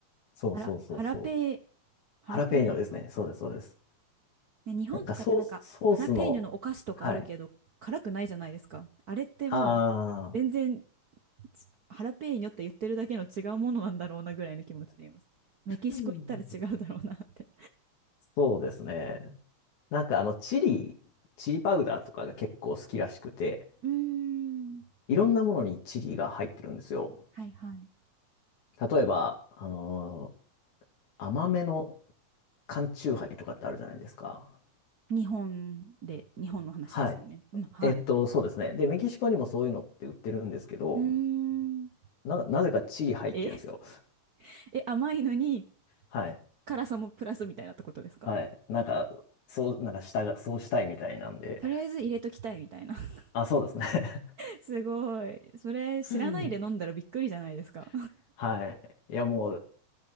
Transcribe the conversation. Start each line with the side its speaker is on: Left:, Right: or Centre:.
Left: そうそうそうそう。
Right: ハラ、ハラペー、ハラペーニョ。
Left: ハラペーニョですね。そうです、そうです。
Right: ね、日本とかってなんか、
Left: なんかソース、ソースの、
Right: ハラペーニョのお菓子とかあるけど、
Left: はい。
Right: 辛くないじゃないですか。あれってもう、
Left: ああ、
Right: 全然ち、ハラペーニョって言ってるだけの違うものなんだろうなぐらいの気持ちでいます。メキシコ行ったら違うだろうなって。
Left: うんそうですね。なんかあの、チリ、チリパウダーとかが結構好きらしくて、
Right: うーん。
Left: いろんなものにチリが入ってるんですよ。
Right: はいはい。
Left: 例えば、あのー甘めの缶チューハイとかってあるじゃないですか。
Right: 日本で、日本の話ですよね。
Left: はい。
Right: うん、はい。
Left: えっと、そうですね。で、メキシコにもそういうのって売ってるんですけど、
Right: うーん。
Left: な、なぜかチリ入ってるんですよ。
Right: え <laughs>、え、甘いのに
Left: はい。
Right: 辛さもプラスみたいなってことですか
Left: はい。なんか、そう、なんかしたが、そうしたいみたいなんで。
Right: とりあえず入れときたいみたいな。<laughs>
Left: あ、そうですね。
Right: すごい。それ知らないで飲んだらびっくりじゃないですか。
Left: <laughs> うん。<laughs> はい。いや、もう、